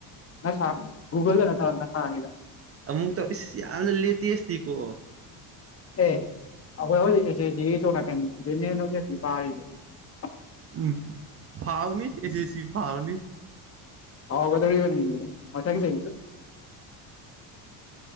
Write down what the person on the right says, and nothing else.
ꯑꯃꯨꯛꯛꯇ ꯏꯁ ꯌꯥꯝꯅ ꯂꯦꯇꯁꯇꯀꯣ
ꯎꯝ ꯐꯥꯎꯥꯎꯅꯤ ꯑꯦꯁꯤ ꯑꯦꯁꯤ ꯐꯥꯎꯥꯎꯅꯤ